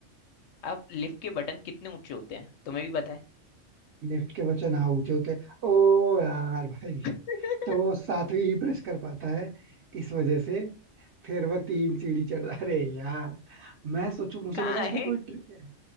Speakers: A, on the left; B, on the right.
A: अब लिफ्ट के बटन कितने ऊंचे होते हैं तुम्हें भी पता है
B: लिफ्ट के बच्चा ना ऊंचे होते ओ यार भाई
A: <laughs>
B: तो वो सातवीं ही प्रेस कर पाता है इस वजह से फिर वह तीन सीढ़ी चढ़ अरे यार मैं सोचू मुझे
A: कहाँ
B: लगा इसमें
A: है
B: कोई ट्रिक है